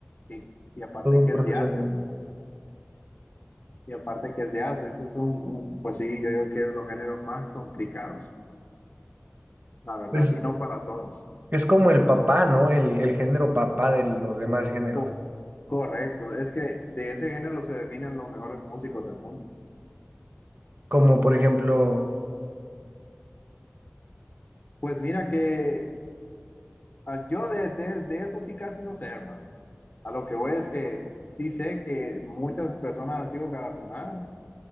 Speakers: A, on the left; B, on the right.
A: Y, y aparte
B: Todo un
A: que
B: profesional.
A: es jazz, hermano. Y aparte que es jazz, ese es un, un- pues sí, yo digo que es de los géneros más complicados. la verdad,
B: Pues
A: y no para todos.
B: es como el papá, ¿no? El, el género papá de los demás géneros.
A: Co- correcto, es que de ese género se definen los mejores músicos del mundo.
B: Como por ejemplo,
A: Pues mira que ah, yo de, de, de eso sí casi no sé, hermano. A lo que voy es que sí sé que muchas personas han sido galardonadas